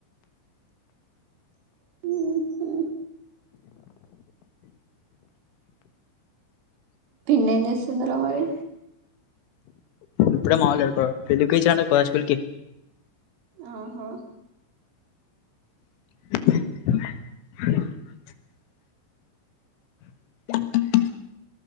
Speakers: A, on the right; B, on the left.
A: <unintelligible> పిన్నీ ఏం చేస్తున్నారు మరి
B: ఇప్పుడే మామూలుడుకో పెళ్ళకి ఇచ్చిన స్కూల్కిి
A: ఆహో
B: <unintelligible> <unintelligible>